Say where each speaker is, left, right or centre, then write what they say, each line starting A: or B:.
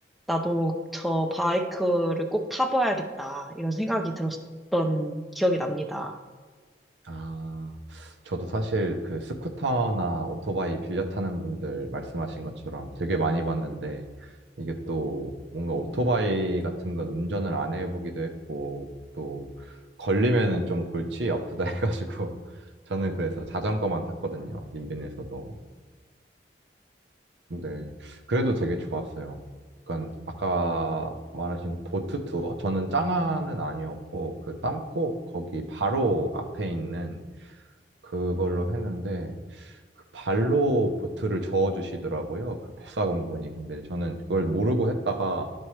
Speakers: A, in the centre; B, on the right.
A: 나도 저 바이크를 꼭 타봐야겠다. 이런 생각이 들었던 기억이 납니다.
B: 아, 저도 사실 그 스쿠터나 오토바이 빌려 타는 분들 말씀하신 것처럼 되게 많이 봤는데, 이게 또 뭔가 오토바이 같은 건 운전을 안 해보기도 했고, 또 걸리면은 좀 골치 아프다 <laughs> 해가지고, 저는 그래서 자전거만 탔거든요. 인근에서도. 근데 그래도 되게 좋았어요. 약간 아까 말하신 그 보트 투어? 저는 짱아는 아니었고 그 땀꼭 거기 바로 앞에 있는 그걸로 했는데 그 발로 보트를 저어주시더라고요. 그 뱃사공분이. 근데 저는 그걸 모르고 했다가